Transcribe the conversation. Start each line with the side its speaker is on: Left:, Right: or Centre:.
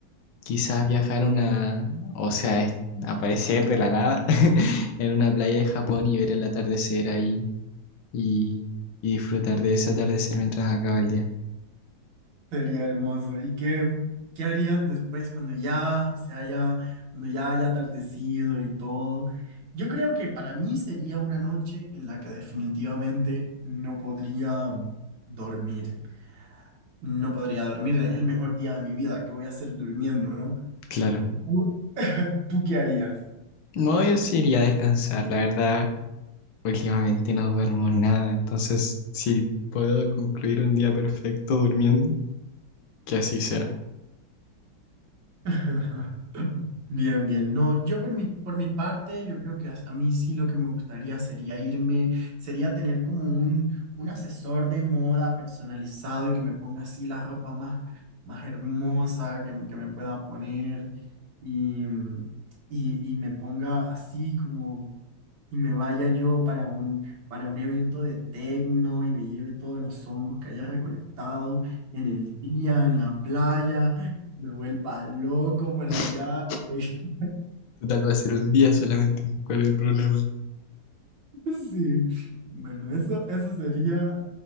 Left: quizás viajar a una, o sea, es- aparecer de la nada <laughs> en una playa de Japón y ver el atardecer ahí y, y disfrutar de ese atardecer mientras acaba el día.
Right: Sería hermoso. ¿Y qué, qué harías después cuando ya se haya, cuando ya haya atardecido y todo? Yo creo que para mí sería una noche en la que definitivamente no podría dormir. No podría dormir, es el mejor día de mi vida. ¿Qué voy a hacer durmiendo, no?
Left: Claro.
Right: ¿Tú, <laughs> tú qué harías?
Left: No, yo sí iría a descansar, la verdad. Últimamente no duermo nada, entonces si puedo concluir un día perfecto durmiendo, que así sea.
Right: <laughs> Bien, bien. No, yo por mi, por mi parte, yo creo que a, a mí sí lo que me gustaría sería irme, sería tener como un, un asesor de moda personalizado y que me ponga así la ropa más, más hermosa que, que me pueda poner y, mm, y, y me ponga así como, y me vaya yo para un, para un evento de tecno y me lleve todos los hongos que haya recolectado en el día, en la playa, me vuelva loco para
Left: <laughs>
Right: allá. <laughs>
Left: Total va a ser un día solamente, ¿cuál es el problema?
Right: Sí, bueno, eso, eso sería